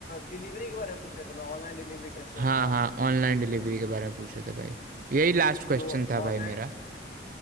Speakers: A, on the left (about 45°); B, on the right (about 50°).
A: डिलीवरी के बारे में पूछे थे ना ऑनलाइन डिलीवरी कैसे
B: हाँ
A: होगा
B: हाँ ऑनलाइन डिलीवरी के बारे में पूछ रहे थे भाई यही लास्ट क्वेश्चन
A: तो
B: था
A: ऑनलाइन
B: भाई मेरा